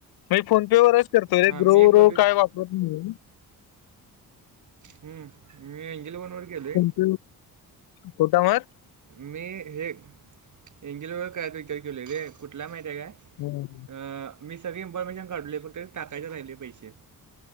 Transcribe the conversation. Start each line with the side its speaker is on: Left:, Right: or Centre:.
Left: मी फोन पे वरच करतोय
Right: हां
Left: रे, ग्रो
Right: मी
Left: वगैरे
Right: एक बघित
Left: काय वापरत नाही.
Right: हं. मी एंजल वन वर केलय.
Left: हं कुठवर.
Right: मी हे एंजल वन वर करायचं विचार केलोय रे. कुठल माहिती आहे काय?
Left: मग
Right: अं, मी सगळी इन्फॉर्मेशन काढलोय फक्त टाकायच राहिलय पैसे.